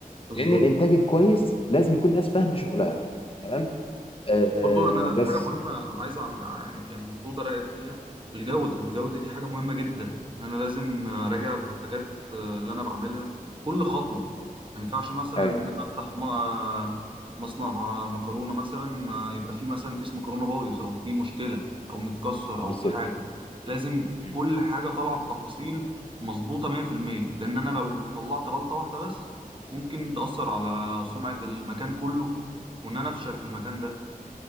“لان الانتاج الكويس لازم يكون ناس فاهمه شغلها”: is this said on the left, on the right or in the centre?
Left